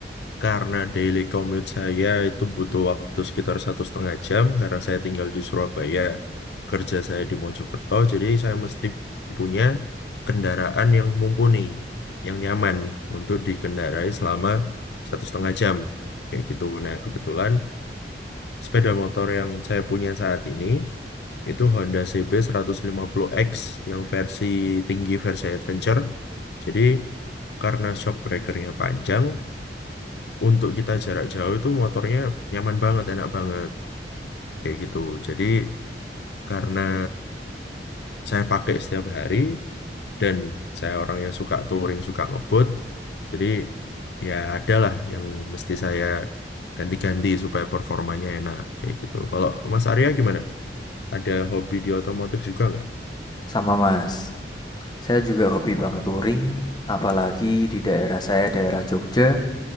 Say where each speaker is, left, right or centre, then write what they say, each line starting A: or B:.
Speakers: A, on the left (about 65°); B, on the left (about 25°).
A: karena daily commute saya itu butuh waktu sekitar satu setengah jam karena saya tinggal di Surabaya, kerja saya di Mojokerto, jadi saya mesti punya kendaraan yang mumpuni, yang nyaman untuk dikendarai selama satu setengah jam, kayak gitu. Nah, kebetulan sepeda motor yang saya punya saat ini Itu Honda CB puluh x yang versi tinggi versi adventure. Jadi karena shock breakernya panjang, untuk kita jarak jauh itu motornya nyaman banget, enak banget kayak gitu. Jadi karena saya pakai setiap hari dan saya orang yang suka touring, suka ngebut, jadi ya adalah yang mesti saya ganti-ganti supaya performanya enak kayak gitu. Kalau Mas Arya gimana? Ada hobi di otomotif juga nggak?
B: Sama Mas. Saya juga hobi banget touring, apalagi di daerah saya, daerah Jogja.